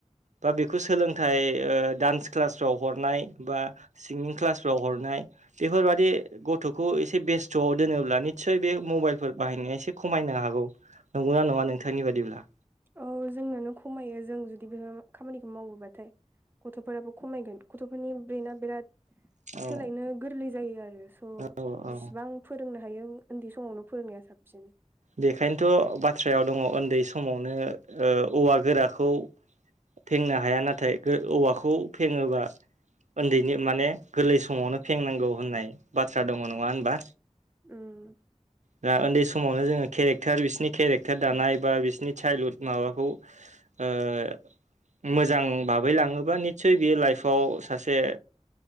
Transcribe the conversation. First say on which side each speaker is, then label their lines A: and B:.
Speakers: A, on the right; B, on the right.
A: बा बेखौ सोलोंथाइ ओ डान्स क्लासफ्राव हरनाय बा सिंगिं क्लासफ्राव हरनाय बेफोरबादि गथ'खौ एसे बेस्थ'आव दोनोब्ला निसय बे मबाइलफोर बाहायनाया एसे खमायना हागौ नंगौना नङा नोंथांनि बायदिब्ला
B: औ जोंनावनो खमायो जों जुदि बेफोर खामानिखौ मावोबाथाय गथ'फोराबो खमायगोन गथ'फोरनि ब्रेना बिराद
A: औ
B: सोलायनो गोरलै जायो आरो स'
A: औ औ
B: जेसेबां फोरोंङो थायो उन्दै समावनो फोरोंनाया साबसिन
A: बेखायनोथ' बाथ्रायाव दङ उन्दै समावनो ओ औवा गोराखौ फेंनो हाया नाथाय औवाखौ फेङोबा उन्दैनि माने गोरलै समावनो फेंनांगौ होननाय बाथ्रा दङ नङा होनबा
B: उम
A: दा उन्दै समावनो जोङो केरेक्टार बिसिनि केरेक्टार दानाय बा बिसोरनि चाइल्हुद माबाखौ ओह मोजां भाबै लाङोबा निस्सय बेयो लाइफआव सासे